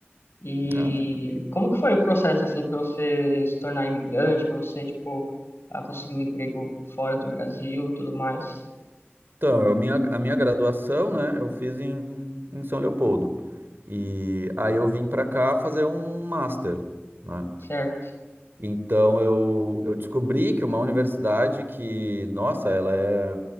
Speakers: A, on the left; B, on the right.
A: E
B: Ah, tá.
A: como que foi o processo assim para você se tornar imigrante, para você tipo ah, conseguir um emprego fora do Brasil e tudo mais,
B: Então, eu, minha, a minha graduação, né, eu fiz em, em São Leopoldo. E aí eu vim pra cá fazer um master, né?
A: certo?
B: Então eu, eu descobri que uma universidade que, nossa, ela é